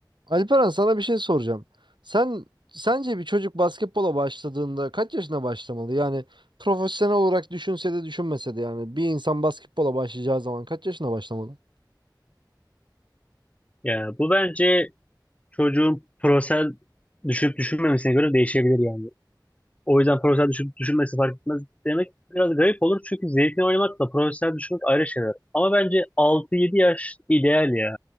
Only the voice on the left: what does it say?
Ya bu bence çocuğun prosel düşünüp düşünmemesine göre değişebilir yani. O yüzden prosel düşünüp düşünmesi fark etmez demek biraz garip olur. Çünkü zevkini oynamakla prosel düşünmek ayrı şeyler. Ama bence altı yedi yaş ideal ya.